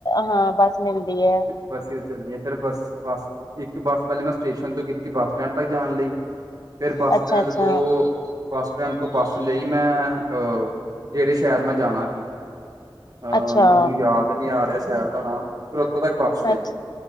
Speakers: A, on the left; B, on the right.
A: ਹਾਂ ਬੱਸ ਮਿਲਦੀ ਐ।
B: ਬੱਸ ਚੱਲਦੀਆਂ ਫੇਿਰ ਬੱਸ ਬੱਸ ਇੱਕ ਬੱਸ ਪਹਿਲੇ ਮੈਂ ਸਟੇਸ਼ਨ ਤੋਂ ਕੀਤੀ ਬੱਸ ਸਟੈਂਡ ਤੱਕ ਜਾਣ ਲਈ। ਫਿਰ ਬੱਸ
A: ਅੱਛਾ
B: ਸਟੈਂਡ
A: ਅੱਛਾ
B: ਤੋਂ ਬੱਸ ਤੋਂ ਬੱਸ ਲਈ ਮੈਂ ਅਹ ਜਿਹੜੇ ਸ਼ਹਿਰ ਮੈਂ ਜਾਣਾ ਸੀ। ਅਹ
A: ਅੱਛਾ
B: ਮੈਨੂੰ ਯਾਦ ਨਹੀਂ ਆ ਰਿਹਾ ਸ਼ਹਿਰ ਦਾ ਨਾਮ ਫਿਰ ਉੱਥੋਂ ਤੱਕ ਬਸ
A: ਹਾਂਜੀ
B: ਲਈ।